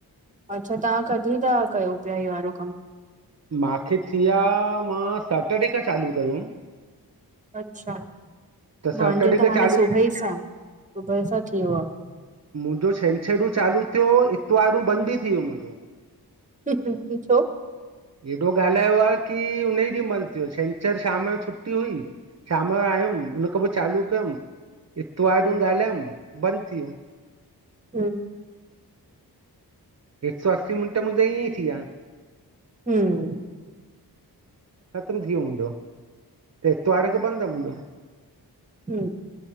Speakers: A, on the right; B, on the right.
A: अच्छा तव्हां कॾहिं था कयो? हे वारो कमु।
B: मांखे थी विया मां सेटर्डे खां चालू कयोमि।
A: अच्छा,
B: त सैटरडे
A: मांजो त
B: खां
A: हाणे
B: चालू
A: सुबुह सां, सुबुह सां थी वियो आ।
B: मुंजो छंछरु चालू थियो, इतवारु बंदि भी थी वियो मुंजो।
A: आहे छो
B: एॾो ॻाल्हायो आ कि हुन ई ॾींहु बंद थियो छंछर छंछर शाम जो छुटी हुई, शाम जो आयुम, उन खां पो चालू कयम, इतवार
A: हम्म
B: ॾींहु ॻाल्हायुम, बंद थी वियो।
A: हूं
B: हिक सौ असी मिंट मुंजा इयं ईं थी विया
A: हम्म
B: ख़तम थी वियो मुंजो, त एतवार खां बंद आ मुंजो।
A: हम